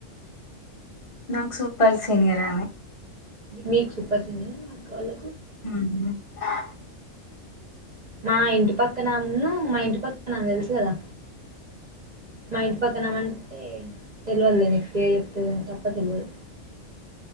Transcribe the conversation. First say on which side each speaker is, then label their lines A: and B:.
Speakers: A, on the left (about 25°); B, on the right (about 35°).
A: నాక్ సూపర్ సీనియర్ ఆమె
B: మీకు సూపర్ సీనియర్ నాకు వాళ్ళ
A: ఆ
B: మా ఇంటి పక్కనాన్ను మా ఇంటి పక్కన్న దెలుసు గదా మైన్ పక్కనామంటే తెలువదులే నీకు పే చెప్తే గాన్ తప్ప తెలువదు